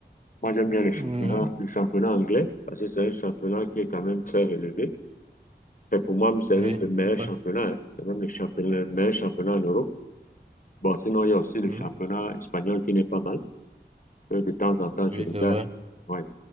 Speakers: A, on the left; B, on the right.
A: moi j'aime bien les championnats,
B: Mhm.
A: le championnat anglais, parce que c'est un championnat qui est quand même très élevé Et pour moi, c'est
B: Oui,
A: même le meilleur
B: c'est vrai.
A: championnat. hein. C'est même le championnat, le meilleur championnat en Europe. Bon, sinon, il y a aussi le
B: Mhm.
A: championnat espagnol qui n'est pas mal. Euh, De temps en temps,
B: Oui,
A: je regarde.
B: c'est vrai.
A: Ouais.